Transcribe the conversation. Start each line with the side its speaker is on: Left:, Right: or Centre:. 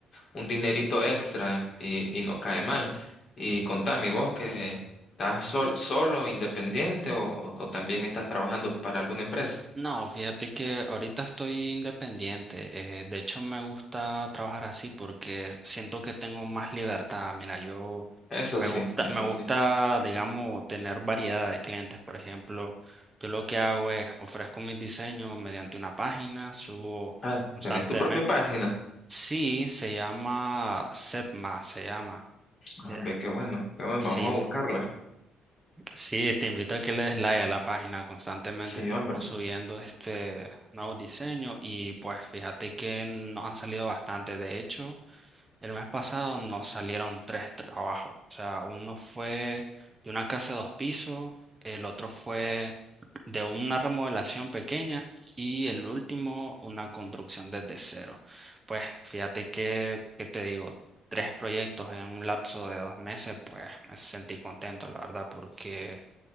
Left: un dinerito extra y, y no cae mal. Y contame, ¿y vos que estás sol- solo, independiente o, o- o también estás trabajando para alguna empresa?
Right: No, fíjate que ahorita estoy independiente. eh, de hecho, me gusta trabajar así porque siento que tengo más libertad. Mira, yo
Left: Eso
Right: me
Left: sí,
Right: gusta,
Left: eso
Right: me gusta,
Left: sí.
Right: digamos, tener variedad de clientes. Por ejemplo, yo lo que hago es ofrezco mis diseños mediante una página, subo
Left: Ah,
Right: constantemente.
Left: ¿tenés tu propia página?
Right: Sí, se llama Setma, se llama.
Left: Ah,
Right: Eh,
Left: ve, qué bueno, qué bueno,
Right: Sí,
Left: vamos a buscarla.
Right: Sí, te invito a que le des like a la página. Constantemente
Left: Sí,
Right: estamos
Left: hombre.
Right: subiendo este nuevo diseño y pues fíjate que nos han salido bastante. De hecho, el mes pasado nos salieron tres trabajos. O sea, uno fue de una casa de dos pisos, el otro fue de una remodelación pequeña y el último una construcción desde cero. Pues fíjate que, ¿qué te digo? Tres proyectos en un lapso de dos meses, pues me sentí contento, la verdad, porque...